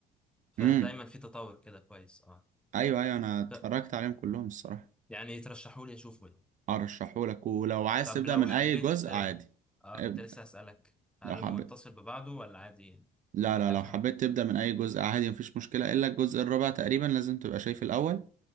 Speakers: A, in the centre; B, on the right (about 50°).
A: فدايما
B: امم
A: في تطور كده كويس اه
B: أيوه أيوه أنا اتفرجت
A: ط-
B: عليهم كلهم الصراحة
A: يعني ترشحولي اشوفه يعني
B: أرشحهولك ولو عايز
A: طب
B: تبدأ
A: لو
B: من
A: حبيت
B: أي جزء
A: آه
B: عادي
A: آه،
B: عيب
A: كنت لسه هسألك هل
B: لو حبيت
A: المتصل ببعضه ولا عادي
B: لا لا
A: هفهم
B: لو حبيت تبدأ من أي جزء عادي مفيش مشكلة إلا الجزء الرابع تقريبا لازم تبقى شايف الأول